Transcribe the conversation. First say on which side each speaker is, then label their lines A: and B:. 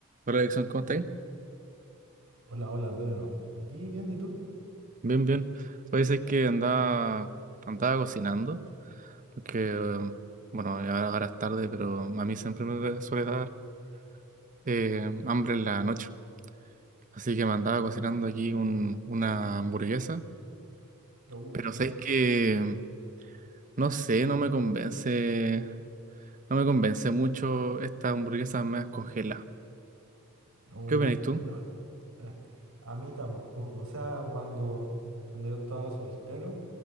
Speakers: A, on the right; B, on the right.
A: Hola, Dixon, ¿cómo estáis?
B: Hola, hola, Pedro. Aquí bien, ¿y tú?
A: Bien, bien. Oye, es que andaba, andaba cocinando, porque, eh, bueno, ya ahora es tarde, pero a mí siempre me da- suele dar eh, hambre en la noche. Así que me andaba cocinando aquí un- una hamburguesa,
B: Uh,
A: pero
B: qué
A: sabes
B: rico.
A: que, em, no sé, no me convence, no me convence mucho estas hamburguesas me congeladas.
B: Uh,
A: ¿Qué opinas tú?
B: no, eh, a mí tampoco. O sea, cuando, cuando yo estaba soltero,